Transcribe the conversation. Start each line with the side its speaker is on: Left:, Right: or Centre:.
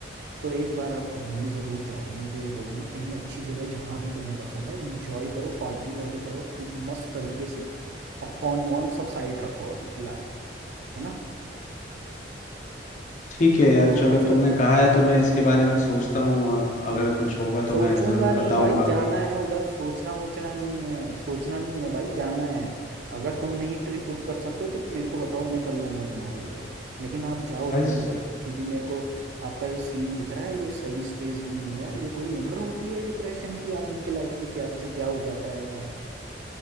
Right: तो एक बार आप घूमने ज़रूर जाओ मैं तो ये बोलूँगा कहीं अच्छी जगह जहाँ भी तुम्हें पसंद है इंजॉय करो पार्टी वार्टी करो खूब मस्त तरीके से और फोन वोन सब साइड रखो अभी फिलहाल के लिए है ना
Left: ठीक है यार चलो
Right: समझ
Left: तुमने
Right: रहे हो
Left: कहा है तो मैं इसके बारे में सोचता हूँ और अगर कुछ होगा
Right: सोचूंगा
Left: तो मैं जरूर
Right: नहीं
Left: बताऊंगा
Right: भाई जाना है उधर सोचना वोचना नहीं है सोचना नहीं है भाई जाना है अगर तुम नहीं ट्रिप बुक कर सकते हो तो मेरे को बताओ मैं कर लूंगा तुम्हारे लिए लेकिन आप जाओ
Left: भाई
Right: तुरंत क्योंकि मेरे को आपका ये सीन दिख रहा है ये सही स्टेज नहीं है यार ये कोई उम्र होती है डिप्रेशन की आदमी के लाइफ में क्या से क्या हो जाता है यार